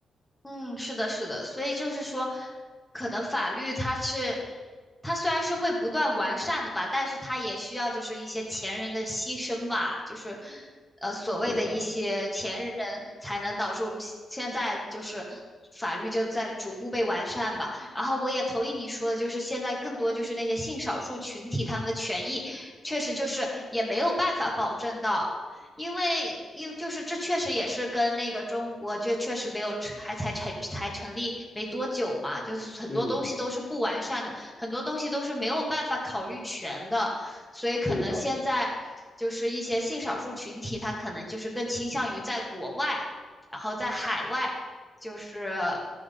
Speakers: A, in the centre; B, on the left (about 20°).
A: 嗯，是的，是的，所以就是说，可能法律它是，它虽然是会不断完善的吧，但是它也需要就是一些前人的牺牲吧，就是，呃，所谓的一些前人才能导致我们现现在就是
B: 对的，
A: 法律就在逐步被完善吧。然后我也同意你说的，就是现在更多就是那些性少数群体他们的权益，确实就是也没有办法保证到。因为因就是这确实也是跟那个中国就确实没有成还才成才成立没多久嘛，就是很多东西都是不完善的，
B: 嗯，
A: 很多东西都是没有办法考虑全的，所以可能现在就是一些性少数群体，
B: 对的。
A: 他可能就是更倾向于在国外，然后在海外，就是